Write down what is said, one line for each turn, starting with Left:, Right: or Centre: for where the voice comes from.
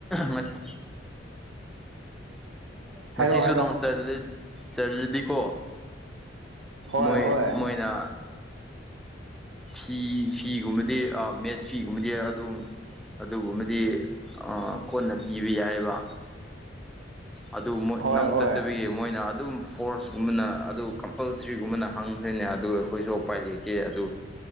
Centre: ꯉꯁ
Right: ꯍꯥꯏꯔꯣ
Centre: ꯉꯁꯤꯁꯨ
Right: ꯍꯥꯏꯔꯣ
Centre: ꯅꯣꯡ ꯆꯠꯂ ꯆꯠꯂꯗꯤꯀꯣ
Right: ꯍꯣꯏ
Centre: ꯃꯣꯏ
Right: ꯍꯣꯏ
Centre: ꯃꯣꯏꯅ ꯐꯤ ꯐꯤꯒꯨꯝꯕꯗꯤ ꯑꯥ ꯃꯦꯁ ꯁꯤꯒꯨꯝꯕꯗꯤ ꯑꯗꯨꯝ ꯑꯗꯨꯒꯨꯝꯕꯗꯤ ꯑꯥ ꯀꯣꯟꯅ ꯄꯤꯕ ꯌꯥꯏꯌꯦꯕ ꯑꯗꯨ ꯃꯣꯏ
Right: ꯍꯣꯏ
Centre: ꯅꯪ
Right: ꯍꯣꯏ
Centre: ꯆꯠ ꯇꯕꯒꯤ ꯃꯣꯏꯅ ꯑꯗꯨꯝ ꯐꯣꯔꯁꯒꯨꯝꯕꯅ ꯑꯗꯨ ꯀꯝꯄꯜꯁ꯭ꯔꯤꯒꯨꯝꯕꯅ ꯍꯪꯈ꯭ꯔꯦꯅꯦ ꯑꯗꯨ ꯑꯩꯈꯣꯏꯖꯨ ꯎꯄꯥꯏ ꯂꯩ ꯀꯦ ꯑꯗꯨ